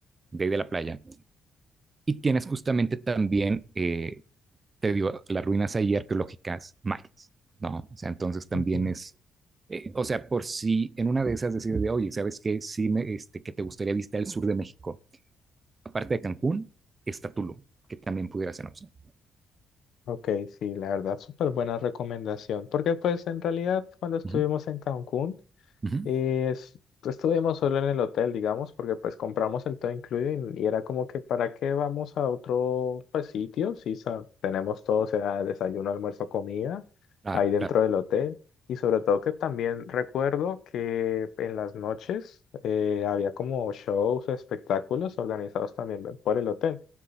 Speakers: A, on the right; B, on the left.
A: de ahí de la playa, y tienes justamente también, eh, te digo, las ruinas ahí arqueológicas mayas, ¿no? O sea, entonces también
B: Ujú.
A: es, eh, o sea, por si en una de esas decides de, oye, ¿sabes qué? Sí, me, este, que te gustaría visitar el sur de México. Aparte de Cancún, está Tulum, que también pudiera ser una opción.
B: Ok, sí, la verdad, súper buena recomendación, porque pues en realidad cuando estuvimos
A: Uh -huh,
B: en Cancún,
A: uh -huh.
B: eh, es- estuvimos solo en el hotel, digamos, porque pues compramos el todo incluido y, y era como que ¿para qué vamos a otro pues, sitio? Sí, sa- tenemos todo, o sea, desayuno, almuerzo, comida
A: Claro,
B: ahí dentro
A: claro.
B: del hotel y sobre todo que también recuerdo que en las noches eh, había como shows, espectáculos organizados también por el hotel